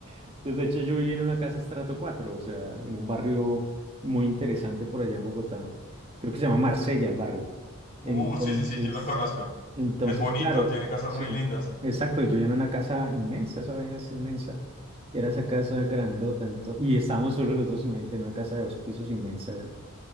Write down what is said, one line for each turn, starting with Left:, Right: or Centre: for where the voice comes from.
Right: Entonces, de hecho, yo viví en una casa estrato 4, o sea, en un barrio muy interesante por allá en Bogotá. Creo que se llama Marsella el barrio.
Left: Uh,
Right: Entonces,
Left: sí, sí, sí, yo lo conozco.
Right: entonces,
Left: Es bonito,
Right: claro,
Left: tiene casas
Right: sí,
Left: muy lindas.
Right: exacto. Yo vivía en una casa inmensa, esa vaina es inmensa. Era esa casa grandota, ento- y estábamos solo los dos, imagínate, en una casa de dos pisos inmensa.